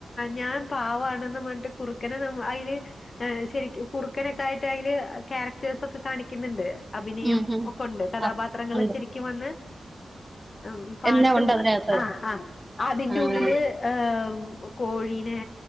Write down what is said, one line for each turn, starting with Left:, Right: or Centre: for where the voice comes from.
Left: ഞാൻ പാവവാണെന്നും പറഞ്ഞിട്ട് കുറുക്കനെ നമ്മ അയില് ഏ ശരിക്ക് കുറുക്കനൊക്കെ ആയിട്ട് അയില് ക്യാരക്ടേസൊക്കെ കാണിക്ക്ന്ന്ണ്ട് അഭിനയം
Right: ഉം ഉം
Left: ഒക്കെ ഉണ്ട് കഥാപാത്രങ്ങൾ
Right: ആഹ് ഉണ്ട്
Left: ശരിക്കും വന്ന് ഉം പാട്ടും
Right: എല്ലാം ഉണ്ട് അതിനകത്ത്
Left: ആ ആ അതിന്റെ
Right: ആഹ്
Left: ഉള്ളില് ഏ കോഴീനെ